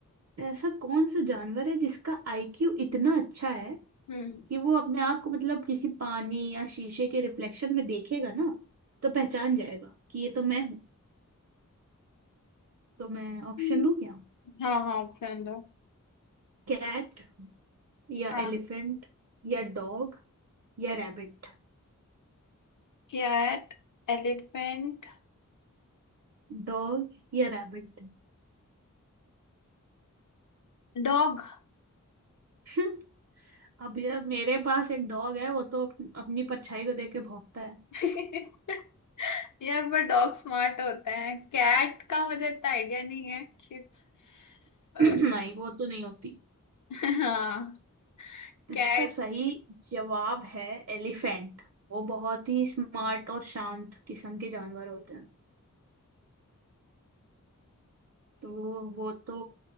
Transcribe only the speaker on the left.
हम्म
हम्म,
हाँ हाँ ऑप्शन दो
हाँ
Cat elephant
dog
<laughs> यार पर डॉग स्मार्ट होता है कैट का मुझे इतना आइडिया नहीं है कि <laughs>
अ,
हाँ
कैट